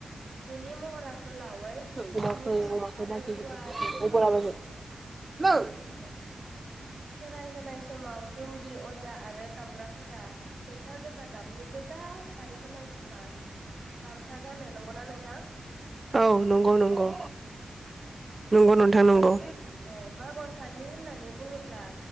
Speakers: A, on the right; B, on the right.
A: बेनि महरा गोलावै
B: अमाखौ
A: स्नि फुट
B: अमाखौ
A: आरो
B: बाजै
A: गुवारै
B: अबोला
A: थाम फुट।
B: बाजै औ
A: खेराइ होनाय समाव दौरि अजा आरो दामग्राफोरा मैथा गोजा गाबनि गोजा फारि गोनां सगास गामसा गाननो नंगौना नों दा
B: औ नंगौ नंगौ। नंगौ नोंथां नंगौ।
A: औ मा गर फालि होननानै बुङोब्ला